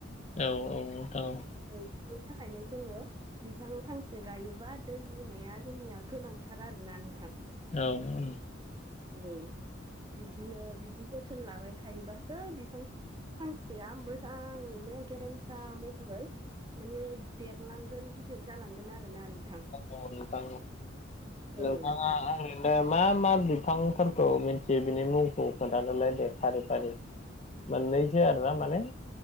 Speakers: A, on the left; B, on the right.
A: औ औ औ
B: बेनि थाखायनो जोङो बिफां फांसे गायोबा दै लुनाया जोंनिया गोनांथार आरोना नोंथां
A: औ औ
B: औ बिदिनो बिदि जोथोन लाबाय थायोबासो बिफां फांसेया मोजाङैनो गेरेमसा महरै माने देरलांगोन गिदिर जालांगोन आरो ना नों
A: औ नोंथां
B: औ
A: नोंथाङा
B: नोंथां
A: आङो दे मा मा बिफांफोरखौ मिथियो बिनि मुंखौ खोन्थानोलाय दे फारि फारि मोननैसै आरो ना माने